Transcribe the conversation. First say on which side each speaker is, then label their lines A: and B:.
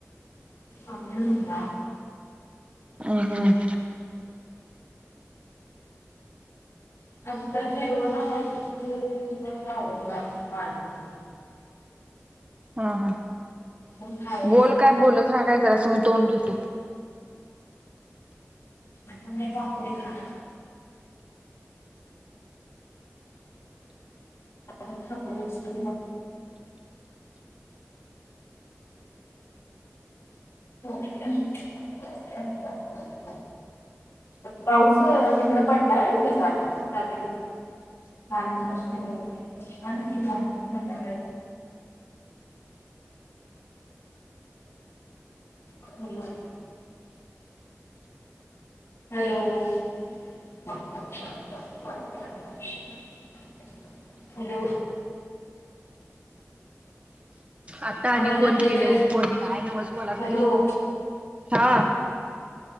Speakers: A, on the left; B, on the right.
A: आमन्या नव्हता
B: हम हम
A: आता जेवण आवरलं की मग आवरणार मागणं
B: हा हा
A: मग खायची
B: बोल काय बोलच राहा काय जरा तुम्ही तोंड धुतो
A: आता मी भाकरी खाणार... हचछ स्त पोगदी आली पाऊस तिकड पडलाय व्हय तिकडं काल रात्री आनंद असतोय कालच की मग संध्याकाळी ह मग हॅलो हॅलो
B: आता आणि
A: आवाज
B: कोण
A: येतोय
B: केलं
A: काय
B: बग फोन काय नव्हच मला
A: हॅलो
B: तरी हा